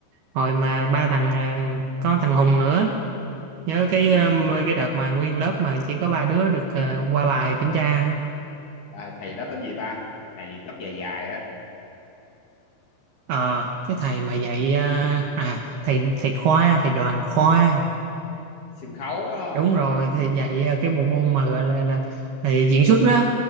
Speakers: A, on the right; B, on the left.
A: hồi mà ba thằng ờ, có thằng Hùng nữa nhớ
B: ừ,
A: cái ờ,
B: ừ.
A: cái đợt mà nguyên lớp mà chỉ có ba đứa được ờ, qua bài kiểm tra không?
B: À, thầy đó tên gì ta thầy tóc dài dài á
A: ờ cái thầy mà dạy ờ, à thầy thầy khoa thầy đoàn khoa
B: sân khấu á, đúng
A: đúng
B: không
A: rồi thì dạy ờ, cái bộ môn mà gọi là là, là diễn xuất đó